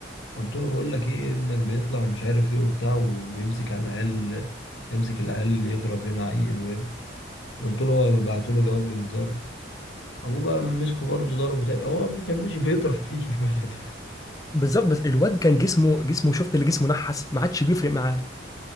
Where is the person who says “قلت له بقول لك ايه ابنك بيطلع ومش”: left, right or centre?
Left